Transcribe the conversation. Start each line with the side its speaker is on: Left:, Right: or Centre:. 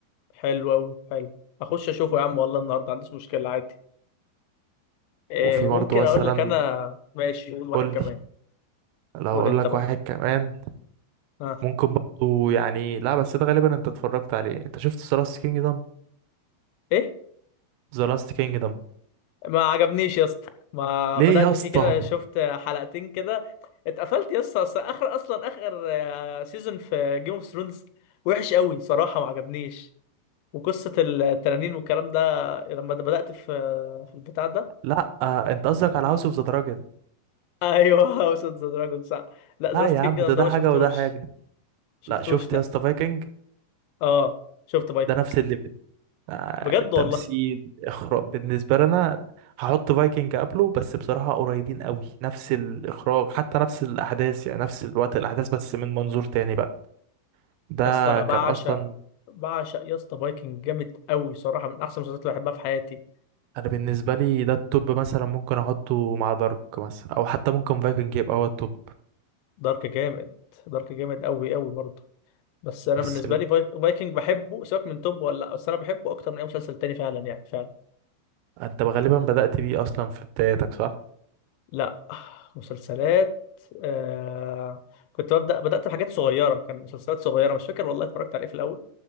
Left: حلو قوي حلو اخش اشوفه يا عم والله النهارده ما عنديش مشكلة عادي إيه
Right: وفي برضه
Left: ممكن
Right: مثلا
Left: اقول لك انا ماشي قول واحد
Right: قول
Left: كمان
Right: لي لو
Left: قول
Right: اقول
Left: انت
Right: لك
Left: بقى
Right: واحد كمان
Left: ها
Right: ممكن برضه يعني لا بس ده غالبا انت اتفرجت عليه انت شفت سلاس كينجدم
Left: ايه
Right: ذا لاست كينجدم
Left: ما عجبنيش يا اسطى ما
Right: ليه
Left: بدأت
Right: يا اسطى
Left: فيه كده شفت حلقتين كده اتقفلت يا اسطى أصل اخر اصلا اخر سيزون في جيم اوف ثرونز وحش قوي صراحة ما عجبنيش وقصة التنانين والكلام ده لما ده بدأت في في البتاع ده
Right: لا آه، انت قصدك على هاوس اوف ذا دراجون
Left: <laughs> ايوه هاوس اوف ذا دراجون صح لا
Right: لا
Left: ذا لاست
Right: يا
Left: كينجدم
Right: عم ده ده
Left: ده ما
Right: حاجه
Left: شفتوش
Right: وده حاجه
Left: شفتوش
Right: لا شفت
Left: لا
Right: يا اسطى فايكنج
Left: اه شفت فايكنج
Right: ده نفس الليفل آه،
Left: بجد
Right: تمثيل
Left: والله
Right: اخراج بالنسبه لنا هحط فايكنج قبله بس بصراحه قريبين قوي نفس الاخراج حتى نفس الاحداث يعني نفس الوقت الاحداث بس من منظور تاني بقى ده
Left: يا اسطى انا
Right: كان
Left: بعشق
Right: اصلا
Left: بعشق يا اسطى فايكنج جامد قوي صراحة من احسن المسلسلات اللي بحبها في حياتي
Right: انا بالنسبه لي ده التوب مثلا ممكن احطه مع دارك مثلا او حتى ممكن فايكنج يبقى هو التوب
Left: دارك جامد دارك جامد قوي قوي برضه بس انا
Right: بس
Left: بالنسبة
Right: ال...
Left: لي فاي- فايكنج بحبه سواء من توب ولا لا بس انا بحبه اكتر من اي مسلسل تاني فعلا يعني فعلا
Right: انت غالبا بدأت بيه اصلا في بدايتك صح
Left: لا مسلسلات آه... كنت ببدأ بدأت بحاجات صغيرة كان مسلسلات صغيرة مش فاكر والله اتفرجت عليه في الأول